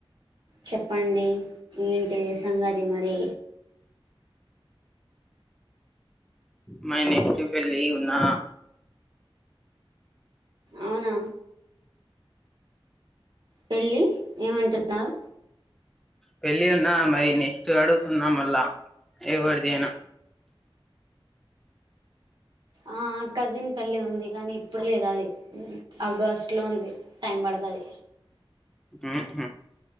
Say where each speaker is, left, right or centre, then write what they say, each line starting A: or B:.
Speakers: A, on the right (about 55°); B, in the centre.
A: చెప్పండి ఏంటిది సంగది మరీ
B: మై నెక్స్ట్ పెళ్లి ఉన్నా
A: అవ్నా పెళ్ళి ఏమంటున్నావ్
B: పెళ్ళి ఉన్నా మరి నెక్స్ట్ అడుగుతున్నా మళ్ళా ఎవర్దైనా
A: ఆ కజిన్ పెళ్లి ఉంది కానీ ఇప్పుడు లేదు అది ఆగస్ట్లో ఉంది టైం బడ్తది
B: ఆ హా